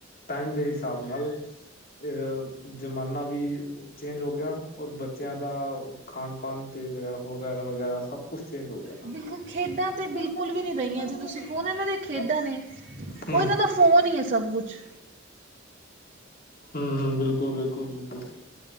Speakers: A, on the left; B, on the right.
A: ਟਾਈਮ ਦੇ ਹਿਸਾਬ ਨਾਲ ਅਹ ਜ਼ਮਾਨਾ ਵੀ ਚੇਜ ਹੋ ਗਿਆ, ਔਰ ਬੱਚਿਆਂ ਦਾ ਖਾਣ-ਪਾਣ ਤੇ ਵਗ ਵਗੈਰਾ-ਵਗੈਰਾ ਸਭ ਕੁਛ ਚੇਂਜ ਹੋ ਗਿਆ,
B: ਬਿਲਕੁਲ ਖੇਡਾਂ
A: <unintelligible>
B: ਤਾਂ ਬਿਲਕੁਲ ਵੀ ਨਹੀਂ ਰਹੀਆਂ ਜੇ ਤੁਸੀਂ ਕਹੋ ਨਾ ਇਹਨਾਂ ਦੀਆਂ ਖੇਡਾਂ ਨੇ
A: ਹਮ
B: ਔਹ ਇਹਨਾਂ ਦਾ ਫੋਨ ਹੀ ਐ ਸਭ ਕੁਛ।
A: ਹੂੰ, ਬਿਲਕੁਲ, ਬਿਲਕੁਲ, ਬਿਲਕੁਲ।